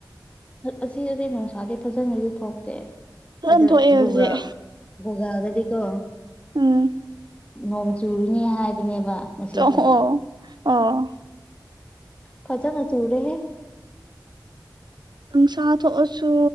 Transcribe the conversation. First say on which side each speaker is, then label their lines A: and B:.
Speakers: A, on the left; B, on the right.
A: ꯑꯁꯤꯗꯗꯤ ꯅꯨꯡꯁꯥꯗꯤ ꯐꯖꯅꯅꯖꯨ ꯊꯣꯛꯇꯦ
B: ꯐꯖꯅ
A: ꯑꯗ
B: ꯊꯣꯛꯑꯦ
A: ꯒꯨꯒꯜ
B: ꯍꯧꯖꯤꯛ
A: ꯒꯨꯒꯜꯗꯗꯤꯀꯣ
B: ꯎꯝ
A: ꯅꯣꯡ ꯆꯨꯔꯅꯤ ꯍꯥꯏꯕꯅꯦꯕ ꯉꯁꯤꯁꯦ
B: ꯑꯣ ꯑꯣ
A: ꯐꯖꯅ ꯆꯨꯔꯦ ꯍꯦ
B: ꯅꯨꯡꯁꯥ ꯊꯣꯛꯑꯁꯨ